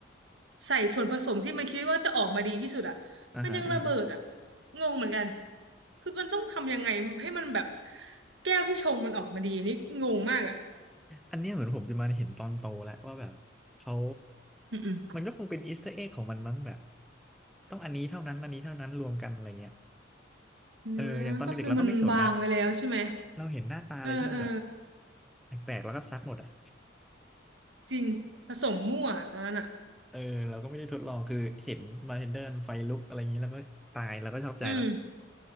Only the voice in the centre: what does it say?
อ่าฮะอ่าฮะ
อันเนี้ยเหมือนผมจะมาเห็นตอนโตแล้วว่าแบบเขา
มันก็คงเป็นอีสเตอร์เอ็กของมันมั้งแบบต้องอันนี้เท่านั้นอันนี้เท่านั้นรวมกันอะไรเงี้ย
เอออย่างตอนเด็กๆเราก็ไม่สนนะเราเห็นหน้าตาอะไรที่มันแบบ
แปลกๆแล้วก็ซักหมดอ่ะ
เออเราก็ไม่ได้ทดลองคือเห็นมาเทนเดอร์ไฟลุกอะไรอย่างนี้แล้วก็ตายแล้วก็ชอบใจละ